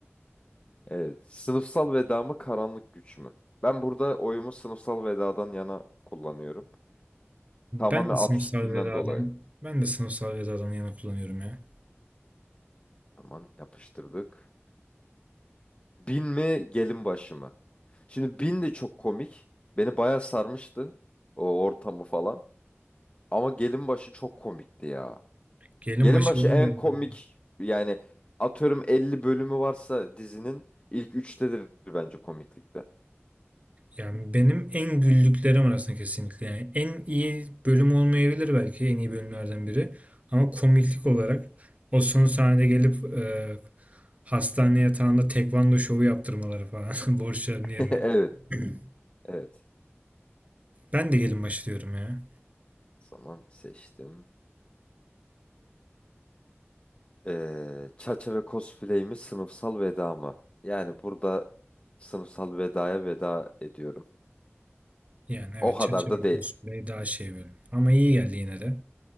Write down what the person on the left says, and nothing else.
Evet. Sınıfsal veda mı karanlık güç mü? Ben burada oyumu sınıfsal vedadan yana kullanıyorum.
Tamamen
absürtlüğünden
dolayı.
Aman yapıştırdık. Bin mi gelin başı mı? Şimdi bin de çok komik. Beni bayağı sarmıştı. O ortamı falan. Ama Gelinbaşı çok komikti ya.
Gelinbaşı
en
komik yani atıyorum 50 bölümü varsa dizinin ilk 3'tedir bence komiklikte.
<laughs>
Evet,
evet.
O zaman seçtim. Ee, Çaça ve cosplay mi sınıfsal veda mı? Yani burada sınıfsal vedaya veda ediyorum.
O kadar
da değil.